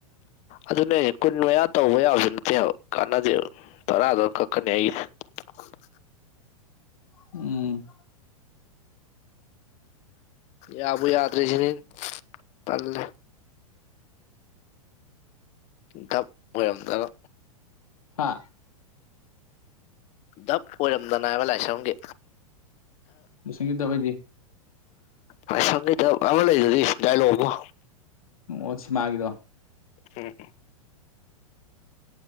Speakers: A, on the left (about 35°); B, on the left (about 70°).
A: ꯑꯗꯨꯅꯦ ꯀꯨꯟ ꯃꯌꯥ ꯇꯧꯕ ꯌꯥꯕꯁꯨ ꯅꯠꯇꯦꯕ ꯀꯥꯟꯅꯗꯦꯕ ꯇꯔꯥꯗꯝ ꯀꯛꯀꯅꯤ ꯑꯩꯒꯤ <unintelligible>
B: ꯎꯝ
A: ꯌꯥꯕꯨ ꯌꯥꯗ꯭ꯔꯤꯖꯤꯅꯤꯅꯦ ꯇꯜꯂꯦ ꯗꯞ ꯑꯣꯏꯔꯝꯗꯅ
B: ꯍꯥ
A: ꯗꯞ ꯑꯣꯏꯔꯝꯗꯅꯕ ꯂꯥꯏꯁ꯭ꯔꯝꯒꯤ
B: ꯂꯤꯁꯤꯡꯗ ꯕꯩꯗꯤ
A: ꯂꯥꯏꯁ꯭ꯔꯝ ꯒꯤ ꯗꯞ ꯑꯃ ꯂꯩꯗꯨꯗꯤ ꯗꯥꯏꯂꯣꯛ ꯑꯃ
B: ꯑꯣꯑꯣ ꯁꯤꯃꯒꯤꯗꯣ
A: ꯎꯑꯝ